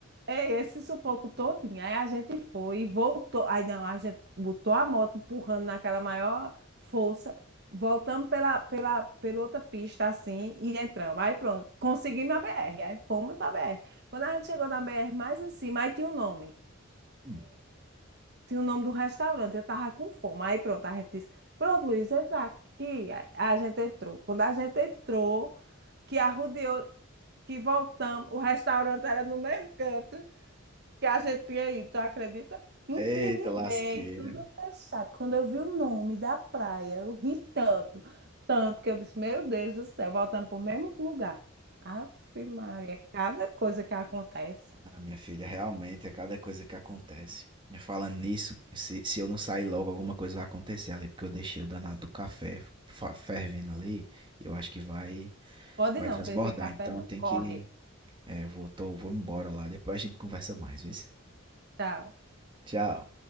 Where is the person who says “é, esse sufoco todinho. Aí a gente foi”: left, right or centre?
Right